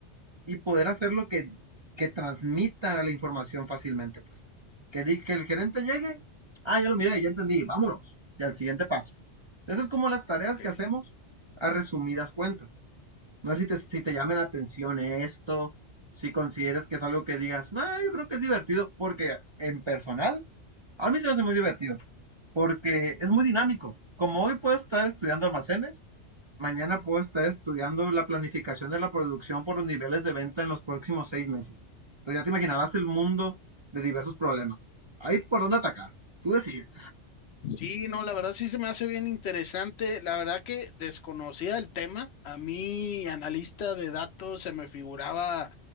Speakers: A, on the right; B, on the left.
A: y poder hacer lo que, que transmita la información fácilmente. Pues que, di, que el gerente llegue, ah, ya lo miré, ya entendí, vámonos, y al siguiente paso. Esas es como las tareas
B: Ok.
A: que hacemos a resumidas cuentas. No sé si te, si te llame la atención esto, si consideres que es algo que digas, no, yo creo que es divertido, porque en personal, a mí se me hace muy divertido, porque es muy dinámico. Como hoy puedo estar estudiando almacenes, mañana puedo estar estudiando la planificación de la producción por los niveles de venta en los próximos seis meses. Entonces ya te imaginarás el mundo de diversos problemas. ahí por dónde atacar. Tú decides.
B: Sí, no, la verdad sí se me hace bien interesante. La verdad que desconocía el tema. A mí, analista de datos, se me figuraba